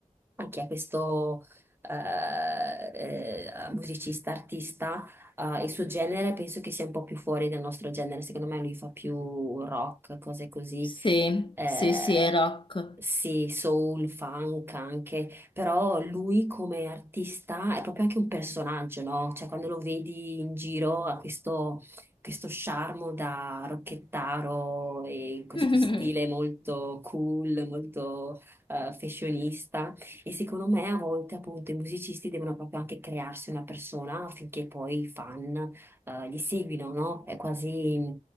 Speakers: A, on the right; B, on the left.
A: anche è questo eh, eh, musicista, artista. Eh, il suo genere penso che sia un po' più fuori del nostro genere, secondo me lui fa più rock, cose così,
B: sì,
A: eh,
B: sì, sì, è rock.
A: sì, soul, funk anche, però lui come artista è proprio anche un personaggio, no? Cioè quando lo vedi in giro ha questo, questo charme da rocchettaro e questo
B: <laughs>
A: stile molto cool, molto eh, fashionista e secondo me a volte appunto i musicisti devono proprio anche crearsi una persona affinché poi i fan eh, li seguino, no? È quasi...